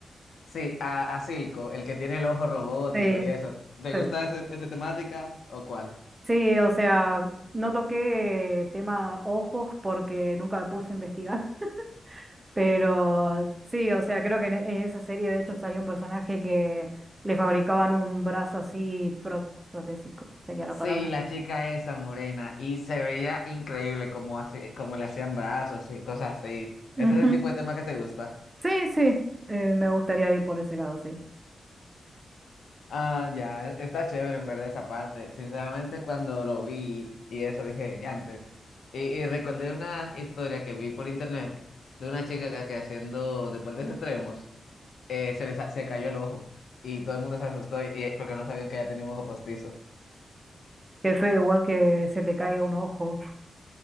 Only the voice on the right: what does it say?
Sí,
sí.
Sí, o sea, no toqué tema ojos porque nunca me puse a investigar, <laughs> pero sí, o sea, creo que en, en esa serie de hecho salía un personaje que le fabricaban un brazo así pro- protésico, sería la
palabra.
Ujú.
Sí, sí, eh, me gustaría ir por ese lado, sí.
Qué feo, igual que se te caiga un ojo,